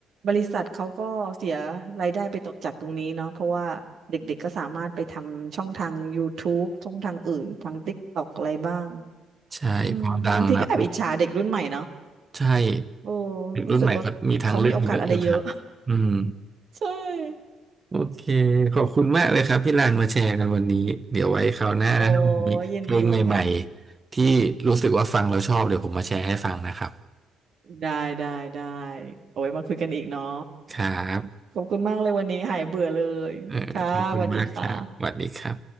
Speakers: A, on the right (about 55°); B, on the right (about 30°).
A: บริษัทเขาก็เสียรายได้ไปตรงจากตรงนี้เนาะเพราะว่าเด็กๆก็สามารถไปทำช่องทางยูทูบช่องทางอื่นทางติ๊กต็อกอะไรบ้าง
B: ใช่พอดังมาปุ๊บ
A: อืมบางทีก็แอบอิจฉาเด็กรุ่นใหม่เนาะ
B: ใช่
A: โอ้
B: เด็กรุ่นใหม่เขามีทางเลือกเยอะอยู่ครับอืม
A: รู้สึกว่าเขามีโอกาสอะไรเยอะ <laughs> ใช่
B: โอเคขอบคุณมากเลยครับพี่ลานมาแชร์กันวันนี้เดี๋ยวไว้คราวหน้าถ้ามีเพลงใหม่ๆที่รู้สึกว่าฟังแล้วชอบเดี๋ยวผมมาแชร์ให้ฟังนะครับ
A: โอ้ยินดีค่ะได้ได้ได้โอ้ยมาคุยกันอีกเนาะ
B: ครับ
A: ขอบคุณมากเลยวันนี้หายเบื่อเลยค่ะสวัสดีค่ะ
B: เออขอบคุณมากครับสวัสดีครับ